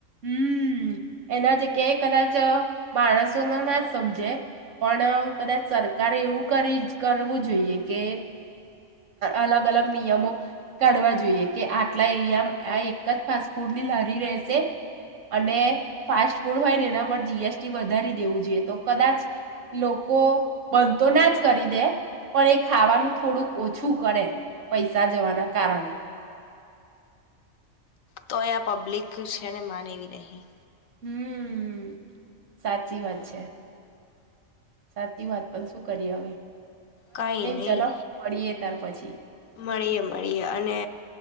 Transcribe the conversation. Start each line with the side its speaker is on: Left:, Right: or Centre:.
Right: હમ એના થી ક્યાંયે કદાચ માણસો ન ના જ સમજે પણ કદાચ સરકારે એવું કરી કરવું જોઈએ કે અલગ અલગ નિયમો કાઢવા જોઈએ કે આટલા એરિયામાં આ એક જ ફાસ્ટ ફૂડની લરી રહેશે અને ફાસ્ટ ફૂડ હોય ને એના પર જી એસ ટી વધારી દેવું જોઈએ તો કદાચ લોકો બંધ તો ના જ કરી દે પણ એ ખાવાનું થોડુંક ઓછું કરે પૈસા જવાના કારણે.
Left: તો એ આ પબ્લિક છે ને માને એવી નહી.
Right: હમ્મ સાચી વાત છે. સાચી વાત પણ શું કરીયે હવે.
Left: કઈ નહી
Right: ચલો મળીએ ત્યાર પછી
Left: મળીએે મળીએ અને